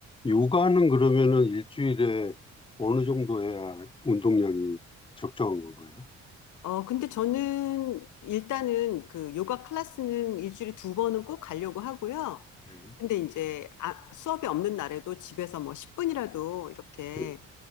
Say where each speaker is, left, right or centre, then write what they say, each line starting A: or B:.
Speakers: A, on the left; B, on the left.
A: 요가는 그러면은 일주일에 어느 정도 해야 운동량이 적정한 건가요?
B: 어, 근데 저는 일단은 그 요가 클래스는 일주일에 두 번은 꼭 가려고 하고요.
A: 예.
B: 근데 이제 아, 수업이 없는 날에도 집에서 뭐 10분이라도 이렇게
A: 예.